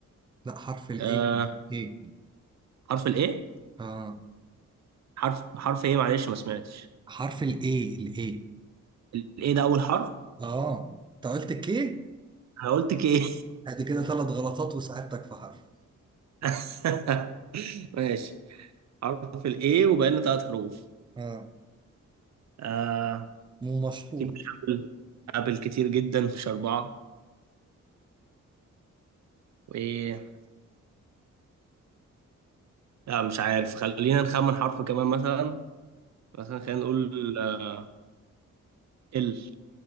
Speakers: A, on the right (about 15°); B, on the right (about 60°).
A: لا حرف الايه
B: آه
A: ايه
B: حرف الايه
A: اه
B: حرف حرف ايه معلش ما سمعتش
A: حرف الاي الاي
B: الايه ده اول حرف
A: اه انت قلت كي
B: انا قلت كي
A: ادي كده ثلاث غلطات وساعدتك في حرف
B: <laughs> ماشي حرف الايه وبقى لنا ثلاث حروف
A: اه
B: آه
A: مشهورة
B: اكيد مش ابل ابل كتير جدا مش اربعه وايه لا مش عارف خلينا نخمن حرف كمان مثلا مثلا خلينا نقول آه، ال